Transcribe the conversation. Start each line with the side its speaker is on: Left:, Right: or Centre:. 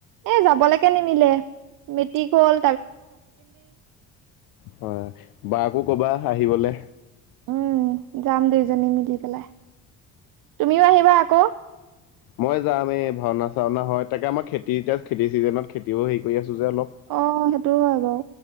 Right: এ' যাবলৈকে নিমিলে মেট্ৰিক গল।
Left: হয় বাকো কবা আহিবলে
Right: উম যাম দুইজনী মিলি পেলাই তুমিও আহিবা আকৌ
Left: মই যাম এই ভাওনা চাওনা হয়। তাকে, আমাৰ খেতি এতিয়া খেতি চিজনত খেতিও হেৰি কৰি আছো। যে অলপ
Right: অ' সেইটো হয় বাৰু।